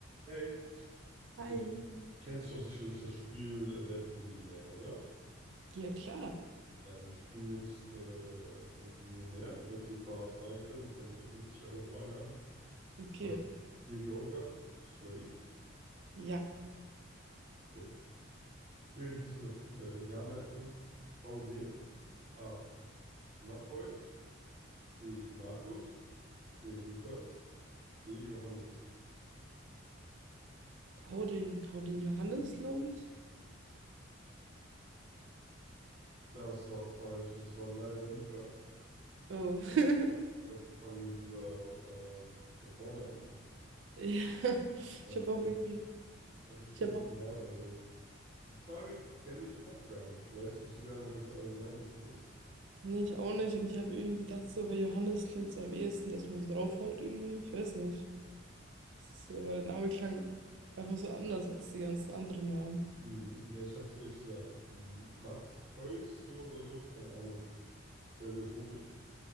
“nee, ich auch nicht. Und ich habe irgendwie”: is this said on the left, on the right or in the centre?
Right